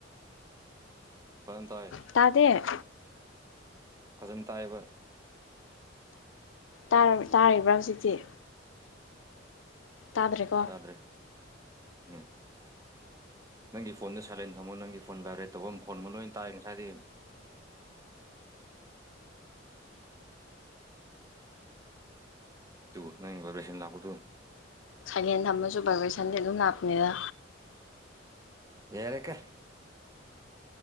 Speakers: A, on the right (about 20°); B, on the left (about 75°).
A: <unintelligible>
B: ꯇꯥꯗꯦ꯫
A: ꯐꯖꯅ ꯇꯥꯏꯕ
B: ꯇꯥ-ꯇꯥꯔꯤꯕ꯭ꯔꯥ ꯍꯧꯖꯤꯛꯇꯤ꯫ ꯇꯥꯗ꯭ꯔꯦꯀꯣ
A: ꯇꯗ꯭ꯔꯦ ꯎꯝ ꯅꯪꯒꯤ ꯐꯣꯟꯗꯣ ꯁꯥꯏꯂꯦꯟ ꯊꯝꯃꯣ ꯅꯪꯒꯤ ꯐꯣꯟ ꯗꯥꯏꯔꯦꯠ ꯇꯧꯕ ꯑꯃ ꯐꯣꯟ ꯑꯃ ꯂꯣꯏ ꯇꯥꯏ ꯉꯁꯥꯏꯗꯤ ꯇꯨ <unintelligible> ꯇꯨ
B: ꯁꯥꯏꯂꯦꯟ ꯊꯝꯃꯁꯨ ꯕꯥꯏꯕ꯭ꯔꯦꯁꯟꯗꯤ ꯑꯗꯨꯝ ꯂꯥꯛꯄꯅꯤꯗ
A: ꯌꯥꯔꯦꯀ꯫